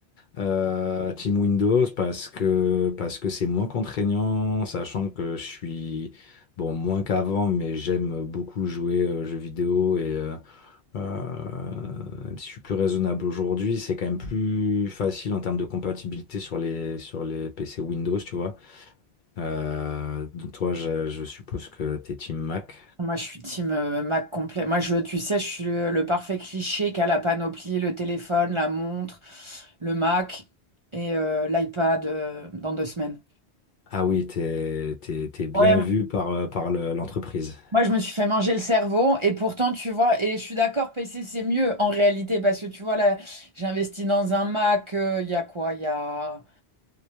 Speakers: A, on the left (about 60°); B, on the right (about 40°).
A: Euh, Team Windows parce que parce que c'est moins contraignant, sachant que je suis bon moins qu'avant, mais j'aime beaucoup jouer aux jeux vidéo et euh, euh, même si je suis plus raisonnable aujourd'hui, c'est quand même plus facile en termes de compatibilité sur les sur les PC Windows, tu vois. Euh, donc toi, je, je suppose que t'es Team Mac.
B: Moi, je suis team euh, Mac complet. Moi, je, tu sais, je suis le, le parfait cliché qui a la panoplie, le téléphone, la montre, le Mac et euh, l'iPad euh, dans deux semaines.
A: Ah oui, t'es t'es t'es bien
B: Ouais,
A: vu par euh, par le- l'entreprise.
B: Moi, je me suis fait manger le cerveau et pourtant, tu vois, et je suis d'accord, PC, c'est mieux en réalité parce que tu vois, là, j'ai investi dans un Mac euh, il y a quoi? Il y a